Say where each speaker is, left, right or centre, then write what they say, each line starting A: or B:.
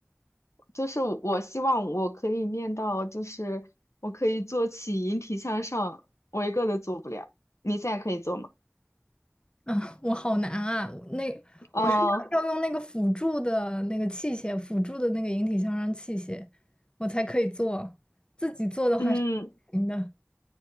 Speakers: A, on the left (about 85°); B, on the left (about 20°).
A: 就是我希望我可以念到，就是我可以做起引体向上，我一个都做不了。你现在可以做吗？
B: <laughs> 啊，我好难啊！那
A: 哦，
B: 我是要要用那个辅助的那个器械，辅助的那个引体向上器械，我才可以做。自己做的话是不行的。
A: 嗯，